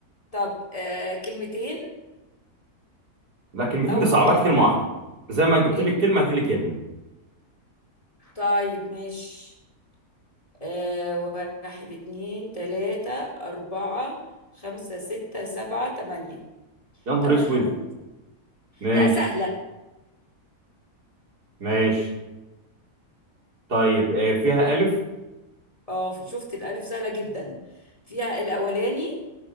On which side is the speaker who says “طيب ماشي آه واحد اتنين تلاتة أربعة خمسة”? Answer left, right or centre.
Left